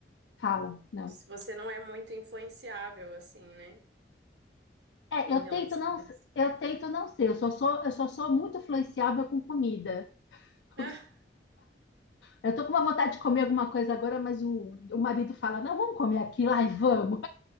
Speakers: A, on the left; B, on the right.
A: fala, não.
B: você não é muito influenciável, assim, né?
A: É,
B: em
A: eu
B: relação
A: tento não,
B: a isso.
A: eu tento não ser, eu só sou, eu só sou muito influenciável com comida. <laughs>
B: Ah,
A: Eu tô com uma vontade de comer alguma coisa agora, mas o, o marido fala, não, vamos comer aquilo, ai, vamos.